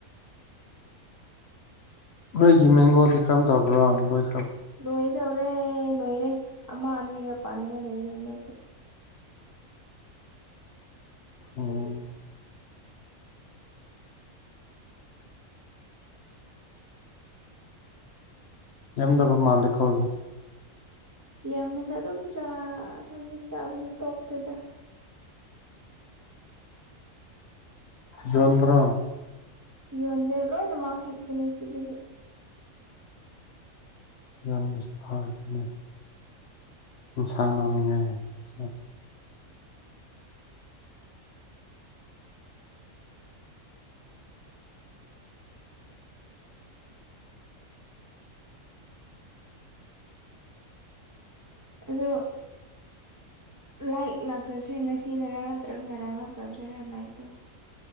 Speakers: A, on the left; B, on the right.
A: ꯅꯣꯏꯒꯤ ꯃꯦꯡꯒꯣꯗꯤ ꯀꯔꯝ ꯇꯕ꯭ꯔꯣ ꯅꯣꯏ
B: ꯂꯣꯏꯗꯧꯔꯦ ꯂꯣꯏꯔꯦ ꯑꯃ ꯑꯅꯤꯒ ꯄꯥꯟꯜꯂꯒ ꯂꯩꯔꯦ ꯍꯟꯗꯗꯤꯦ
A: ꯑꯣꯝ ꯎ ꯌꯥꯝꯗꯕ ꯃꯥꯜꯂꯤ ꯀꯧꯖ
B: ꯌꯥꯝꯃꯦꯗ ꯑꯗꯨꯝ ꯑꯩꯈꯣꯏꯒꯤ ꯆꯥꯕꯗ ꯇꯣꯛꯄꯦꯗ
A: ꯆꯟꯗ꯭ꯔ
B: ꯌꯣꯟꯗꯦ ꯂꯣꯏꯅꯃꯛ ꯍꯦꯛꯄꯅꯦ ꯁꯤꯗꯒꯤ
A: ꯌꯣꯟꯕꯁꯨ ꯐꯥꯒꯅꯤ ꯏꯟꯁꯥꯡ ꯂꯝꯅꯤꯡꯉꯥꯏ ꯍꯥꯏ
B: ꯑꯗꯣ ꯂꯥꯏꯛ ꯂꯥꯛꯇꯕꯁꯦ ꯉꯁꯤ ꯅꯔꯥꯡ ꯅꯠꯇ꯭ꯔꯒ ꯉꯔꯥꯡ ꯂꯥꯛꯇꯕꯁꯔꯥ ꯂꯥꯏꯔꯤꯛꯇꯣ